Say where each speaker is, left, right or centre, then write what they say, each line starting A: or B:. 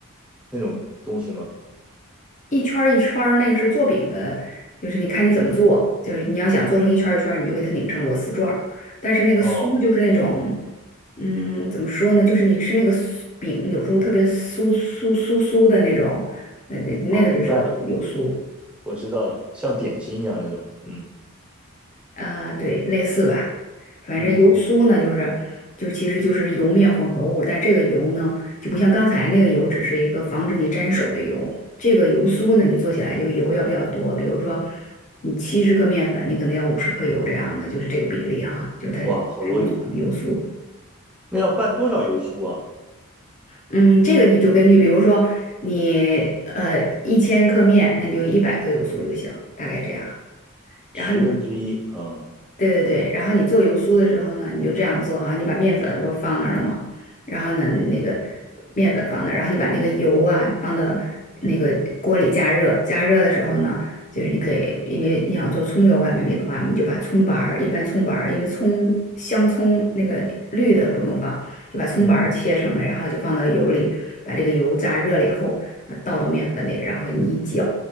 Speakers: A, in the centre; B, on the left (about 35°).
A: 那种东西吗？
B: 一圈儿一圈儿，那个是做饼的，就是你看你怎么做，就是你要想做成一圈儿一圈儿，你就给它拧成螺丝转儿。但是那个酥就是那种，
A: 哦
B: 嗯，怎么说呢？就是你吃那个酥饼，有时候特别酥酥酥酥的那种，呃，那个就是油酥。
A: 哦，明白了，我知道了，像点心一样那种。嗯
B: 啊、对，类似吧。反正油酥呢，
A: 嗯，
B: 就是就其实就是油面混合物，但这个油呢，就不像刚才那个油，只是一个防止你沾手的油。这个油酥呢，你做起来就油要比较多，比如说你七十克面粉，你可能要五十克油这样的，就是这个比例哈，就是它才能做成油酥。
A: 哇，好多油，那要拌多少油酥啊？
B: 嗯，这个你就根据，比如说你呃一千克面，那你就一百克油酥就行，大概这样。然后你。
A: 十分之一，啊。
B: 对对对，然后你做油酥的时候呢，你就这样做哈，你把面粉不放那儿了吗？然后呢，那个面粉放那儿，然后你把那个油啊放到那个锅里加热，加热的时候呢，就是你可以，因为你想做葱油板面饼的话，你就把葱白儿，一般葱白儿，因为葱香葱那个绿的不用放，就把葱白儿切成了，
A: 嗯，
B: 然后就放到油里，把这个油炸热了以后，啊倒到面粉里，然后你一搅。